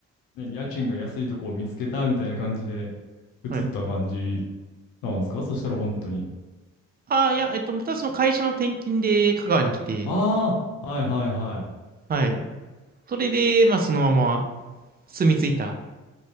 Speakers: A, on the left; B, on the right.
A: ね、家賃が安いとこを見つけたみたいな感じで移った感じ
B: はい。
A: なんですかそしたら本当に。
B: ああ、いや、えっと、またその会社の転勤で香川に来て、
A: ああ、はいはいは
B: はい。それで、まあ、そのまま住み着いた、